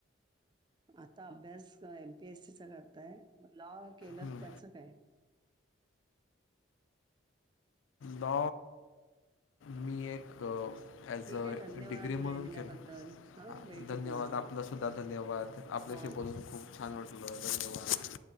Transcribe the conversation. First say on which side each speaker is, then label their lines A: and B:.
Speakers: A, on the right (about 25°); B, on the left (about 80°).
A: आता अभ्यास एमपीएससीचा करताय लॉ केलं
B: हं.
A: त्याचं काय.
B: ल मी एक. ॲज
A: ठीक
B: अ
A: आहे धन्यवाद
B: डिग्री
A: वेळ
B: म्हणून
A: दिल्याबद्दल.
B: केलं
A: हां, भेटू
B: धन्यवाद
A: पुन्हा आपण.
B: आपला सुद्धा धन्यवाद आप जसे
A: हां,
B: बधून
A: हां.
B: खूप छान वाटल धन्यवाद.